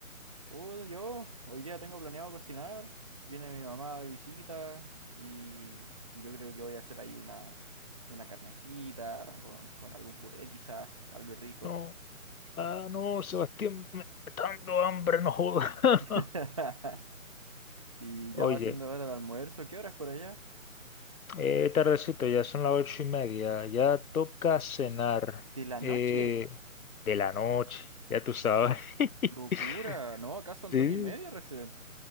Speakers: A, on the right; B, on the left.
A: Uh, yo hoy día tengo planeado cocinar. Viene mi mamá de visita y, y yo creo que voy a hacer ahí una, una carnecita con, con algún puré quizás, algo rico.
B: No, ah, no, Sebastián, me está dando hambre, no joda. <laughs>
A: <laughs> Y
B: Oye,
A: ya va siendo hora de almuerzo. ¿Qué horas por allá?
B: eh, tardecito, ya son las ocho y media, ya toca cenar
A: ¿De la noche?
B: eh, de la noche, ya tú sabes. <laughs>
A: Locura. No, acá son
B: Sí,
A: dos y media recién.